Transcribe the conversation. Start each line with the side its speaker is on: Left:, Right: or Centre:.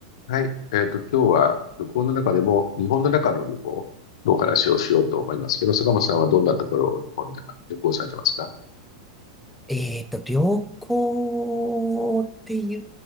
Left: はい。えっと、今日は旅行の中でも、日本の中の旅行のお話をしようと思いますけど、坂本さんはどんなところを日本で旅行されてますか
Centre: えっと、旅行ってい